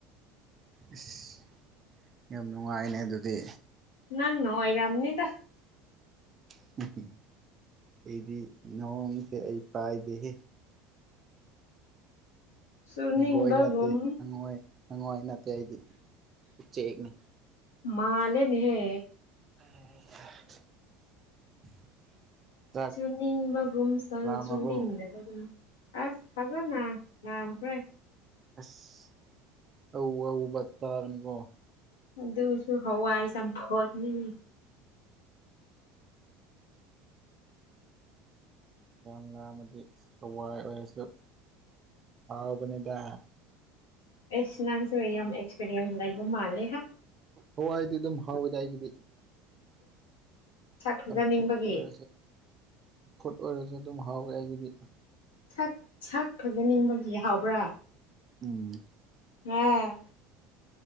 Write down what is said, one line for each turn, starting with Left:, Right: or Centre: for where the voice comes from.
Right: ꯏꯁ ꯌꯥꯝ ꯅꯨꯡꯉꯥꯏꯅꯦ ꯑꯗꯨꯗꯤ
Left: ꯅꯪꯅ ꯑꯣꯔꯝꯅꯤꯗ
Right: <unintelligible> ꯑꯩꯗꯤ ꯅꯣꯡꯁꯦ ꯑꯩ ꯄꯥꯏꯗꯦꯍꯦ
Left: ꯆꯨꯅꯤꯡꯕꯒꯨꯝ
Right: ꯍꯪꯒꯣꯏ ꯅꯠꯇꯦ ꯍꯪꯉꯣꯏ ꯍꯪꯉꯣꯏ ꯅꯠꯇꯦ ꯑꯩꯗꯤ ꯎꯆꯦꯛꯅꯤ
Left: ꯃꯥꯟꯂꯦꯅꯦ ꯍꯦ
Right: <unintelligible> ꯆꯥꯛ
Left: ꯆꯨꯅꯤꯡꯕꯒꯨꯝ ꯁ
Right: ꯂꯥꯝꯃꯕꯣ
Left: ꯆꯨꯅꯤꯡꯗꯕꯒꯨꯝ ꯑꯁ ꯐꯖꯅ ꯌꯥꯝꯈ꯭ꯔꯦ
Right: ꯑꯁ ꯑꯋꯨ ꯑꯋꯨꯕ ꯆꯥꯒꯅꯤꯀꯣ
Left: ꯑꯗꯨꯁꯨ ꯍꯋꯥꯏ ꯆꯝꯐꯨꯠꯅꯤꯅꯦ
Right: ꯌꯥꯝ ꯂꯝꯃꯥꯗꯤ ꯑꯁ ꯍꯋꯥꯏ ꯑꯣꯏꯔꯁꯨ ꯍꯥꯎꯕꯅꯤꯗ
Left: ꯑꯦꯁ ꯅꯪꯁꯨ ꯌꯥꯝ ꯑꯦꯛꯁꯄꯤꯔꯤꯌꯦꯟꯁ ꯂꯩꯕ ꯃꯥꯟꯂꯦ ꯍꯥ
Right: ꯍꯋꯥꯏꯗꯤ ꯑꯗꯨꯝ ꯍꯥꯎꯋꯤꯗ ꯑꯩꯒꯤꯗꯤ
Left: ꯁꯛ ꯐꯖꯅꯤꯡꯕꯒꯤ
Right: ꯆꯝꯐꯨꯠ ꯑꯣꯏꯔꯁꯨ ꯆꯝꯐꯨꯠ ꯑꯣꯏꯔꯁꯨ ꯑꯗꯨꯝ ꯍꯥꯎꯋꯦ ꯑꯩꯒꯤꯗꯤ
Left: ꯁꯛ ꯁꯛ ꯐꯖꯅꯤꯡꯕꯒꯤ ꯍꯥꯎꯕ꯭ꯔꯥ
Right: ꯎꯝ
Left: <unintelligible>